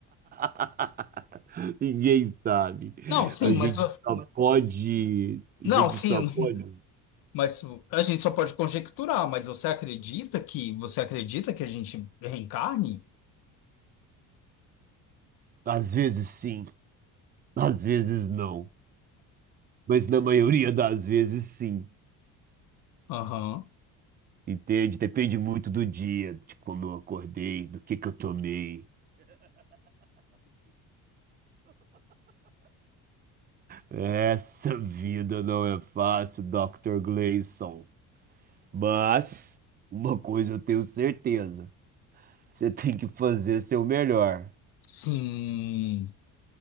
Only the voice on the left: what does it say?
Não, sim,
mas
não,
sim,
Mas a gente só pode conjecturar, mas você acredita que você acredita que a gente reencarne?
Aham.
Sim.